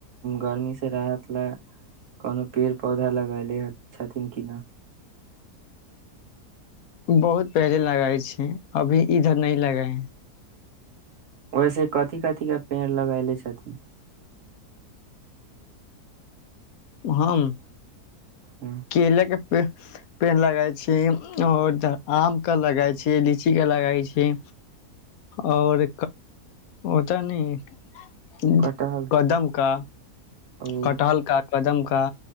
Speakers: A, on the right (about 55°); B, on the left (about 65°).
A: गर्मीसँ राहत लए कोनो पेड़ पौधा लगले छथिन कि नहि
B: बहुत पहिले लगाए छै अभी इधर न लगाए है
A: ओहिसे कथि कथी के पेड़ लगैले छथिन
B: हँम
A: हम्म,
B: केलेके पेड़ लगाई छी और आम के लगा छी लीची के लगाई छी और ओतऽ न
A: कटहल
B: कदम
A: क-
B: का
A: ओ
B: कटहल का कदम का